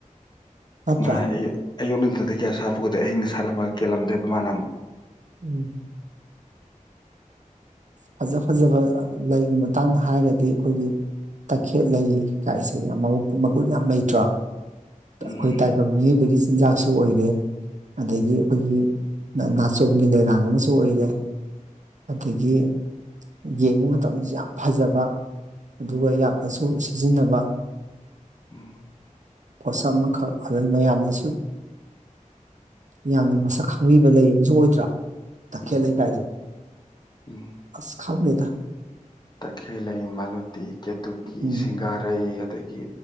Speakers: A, on the right; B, on the left.
A: ꯅꯠꯇ꯭ꯔꯥ
B: ꯃꯥ ꯑꯌꯨꯛ ꯅꯨꯡꯊꯤꯜꯗꯤ ꯀꯌꯥ ꯁꯥꯠꯄ ꯎꯗꯦ ꯑꯍꯤꯡꯗ ꯁꯥꯠꯂ ꯃꯥ ꯀꯦꯜꯂꯝꯗꯣꯏꯕ ꯃꯥꯅ
A: ꯎꯝ ꯐꯖ ꯐꯖꯕ ꯂꯩꯒꯤ ꯃꯇꯥꯡꯗ ꯍꯥꯏꯔꯒꯗꯤ ꯑꯈꯣꯏꯒꯤ ꯇꯈꯦꯠ ꯂꯩ ꯀꯥꯏꯁꯦ ꯌꯥꯝ ꯃꯒꯨꯟ ꯌꯥꯝ ꯂꯩꯇ꯭ꯔꯥ
B: ꯎꯝ
A: ꯑꯈꯣꯏ ꯇꯥꯏꯕꯪ ꯃꯤꯑꯣꯏꯕꯒꯤ ꯆꯤꯟꯖꯥꯛꯁꯨ ꯑꯣꯏꯔꯦ ꯑꯗꯒꯤ ꯑꯈꯣꯏꯒꯤ ꯅꯥꯆꯣꯡꯒꯤ ꯂꯩꯔꯥꯡ ꯑꯃꯁꯨ ꯑꯣꯏꯔꯦ ꯑꯗꯒꯤ ꯌꯦꯡꯕ ꯃꯇꯝꯗꯁꯨ ꯌꯥꯝ ꯐꯖꯕ ꯑꯗꯨꯒ ꯌꯥꯝꯅꯁꯨ ꯁꯤꯖꯤꯟꯅꯕ
B: ꯎꯝ
A: ꯄꯣꯠꯁꯛ ꯑꯃꯈꯛ ꯑꯗꯩ ꯃꯌꯥꯝꯅꯁꯨ ꯌꯥꯝꯅ ꯃꯁꯛ ꯈꯪꯕꯤꯕ ꯂꯩ ꯑꯃꯁꯨ ꯑꯣꯏꯗ꯭ꯔꯥ ꯇꯈꯦꯜ
B: ꯎꯝ
A: ꯂꯩꯀꯥꯏꯁꯦ
B: ꯎꯝ
A: ꯑꯁ ꯈꯪꯗꯦꯗ
B: ꯇꯈꯦꯜꯂꯩ ꯃꯥꯂꯣꯇꯤ ꯀꯦꯇꯨꯀꯤ
A: ꯎꯝ
B: ꯁꯤꯡꯒꯥꯔꯩ ꯑꯗꯒꯤ